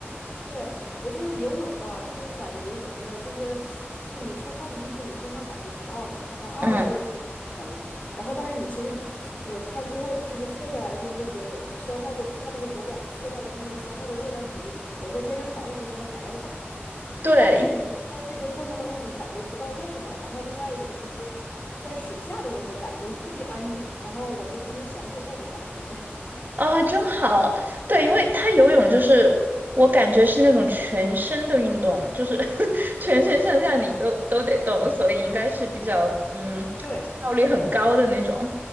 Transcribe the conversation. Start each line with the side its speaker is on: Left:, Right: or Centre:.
Left: 对，我就是游泳吧，就是感觉什么呢？就是就是你出汗，一是你出汗感觉不到嘛，然后二是腿不疼，
Right: 嗯，
Left: 然后但是你其实一我看最后就是测下来的那个消耗的，看那个手表就测下来的那个消耗的热量比我在健身房的时间还要大。
Right: 对，
Left: 但是你在这个过程当中，你感觉不到累嘛？然后另外一点就是在水下的那个感觉特别安静，然后我就特别享受那个感觉。<laughs>
Right: 啊，真好！对，因为他游泳就是我感觉是那种全身的运动，就是 <laughs> 全身上下你都都得动，所以应该是比较嗯
Left: 对
Right: 效率很高的那种。